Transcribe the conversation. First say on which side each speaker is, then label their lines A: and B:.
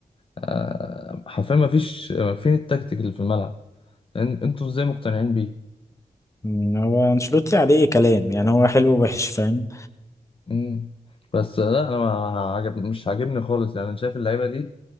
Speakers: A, on the left; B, on the left.
A: آه حرفيا مفيش فين التكتيك اللي في الملعب أن- أنتوا إزاي مقتنعين بيه
B: مم، هو انشيلوتي عليه كلام يعني هو حلو ووحش فاهم
A: مم. بس لا أنا ما عجب مش عاجبني خالص يعني أنا شايف اللعيبة دي